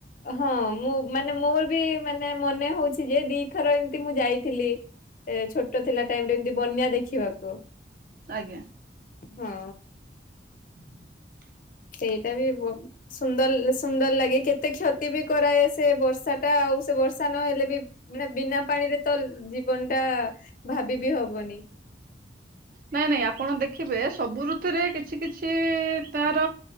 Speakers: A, on the left; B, on the right.
A: ହଁ ମୁଁ ମାନେ ମୋର ବି ମାନେ ମନେ ହଉଛି ଯେ ଦିଥର ଏମତି ମୁଁ ଯାଇଥିଲି। ଏ ଛୋଟ ଥିଲା ଟାଇମ ରେ ଏମିତି ବନ୍ୟା ଦେଖିବାକୁ।
B: ଆଜ୍ଞା।
A: ହଁ।
B: <inaudible>
A: ସେଇଟା ବି ବ ସୁନ୍ଦର ସୁନ୍ଦର ଲାଗେ କେତେ କ୍ଷତି ବି କରାଏ ସେ ବର୍ଷା ଟା ଆଉ ସେ ବର୍ଷା ନହେଲେ ବି ମାନେ ବିନା ପାଣିରେ ତ ଜୀବନ ଟା ଭାବିିବି ହବନି।
B: ନାଇଁ ନାଇଁ ଆପଣ ଦେଖିବେ ସବୁ ଋତୁରେ କିଛି କିଛି ତାର